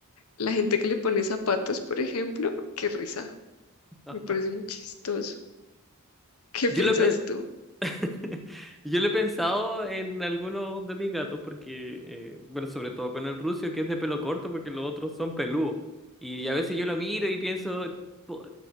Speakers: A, on the left (about 70°); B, in the centre.
A: la gente que le pone zapatos, por ejemplo, qué risa,
B: <laughs>
A: me parece muy chistoso. <laughs> ¿Qué
B: Yo
A: piensas
B: lo, pe-
A: tú?
B: <laughs> Yo lo he pensado en algunos de mis gatos, porque, eh, bueno, sobre todo con el rucio, que es de pelo corto, porque los otros son peludos. Y a veces yo lo miro y pienso, po-